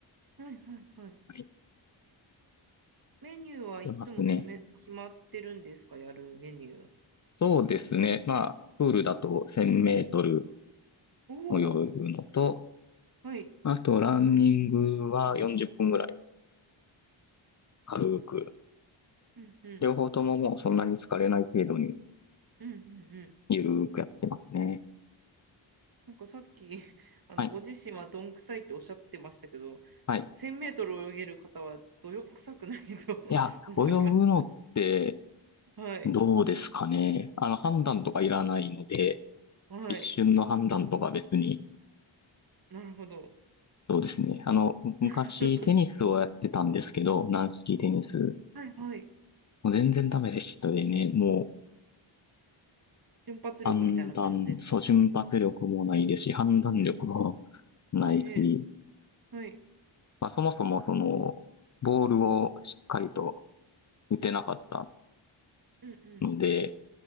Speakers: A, on the right; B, on the left.
A: はい。はい。はい。
B: はい、
A: メニューはいつも決め、
B: 出ますね。
A: 決まってるんですか、やるメニュー。
B: そうですね。まあ、プールだと1000メートル
A: おお。
B: 泳ぐのと、
A: はい。
B: あとランニングは40分ぐらい軽く
A: うん。うん。
B: 両方とももうそんなに疲れない程度に
A: うん。うん。うん
B: ゆるーくやってますね。
A: なんかさっき、<laughs> あの、
B: はい。
A: ご自身はどんくさいっておっしゃってましたけど、
B: はい。
A: 1000メートル泳げる方はどよくさくないと
B: いや、
A: <laughs> 思います。
B: 泳ぐのって
A: はい。
B: どうですかね。あの、判断とかいらないので、
A: はい。
B: 一瞬の判断とか別に、
A: なるほど。
B: そうですね。あの、む昔テニスをやってたんですけど、
A: <laughs>
B: 軟式テニス。
A: はいはい。
B: もう全然ダメでしたでね、もう
A: 瞬発力みたいな感じですか
B: 判断、そう、瞬発力もないですし、判断力もないし、
A: ええはい。
B: まあそもそもその、ボールをしっかりと打てなかった
A: うん
B: ので、